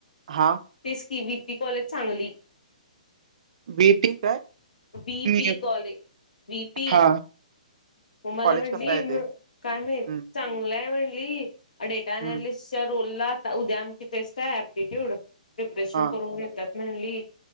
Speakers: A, on the right; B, on the left.
A: हा
B: तेच की वी पी कॉलेज चांगली
A: वेटी काय
B: बी
A: मी-
B: पी कॉलेज ब पी
A: हा
B: म मला
A: कॉलेज
B: म्हटली
A: कसं आहे ते
B: काय मा
A: हम्म
B: चांगलंय म्हटली डेटा अनलिस्ट
A: हम्म
B: रोल. उद्या आमची टेस्ट आहे प्टिट्यूड प्रिप्रेशन
A: हा
B: करून घेतात म्हली.